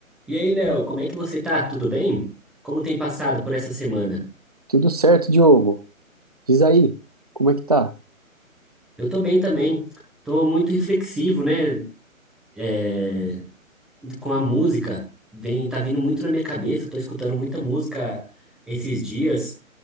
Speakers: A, in the centre; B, on the right.
A: E aí, Léo, como é que você tá? Tudo bem? Como tem passado por essa semana?
B: Tudo certo, Diogo. Diz aí, como é que tá?
A: Eu tô bem também. Tô muito reflexivo, né? É, com a música. Vem, tá vindo muito na minha cabeça. Tô escutando muita música esses dias.